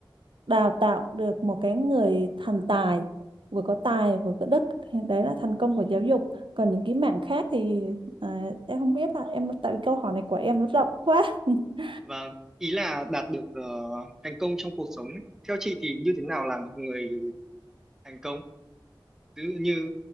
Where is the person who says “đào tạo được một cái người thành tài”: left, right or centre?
Right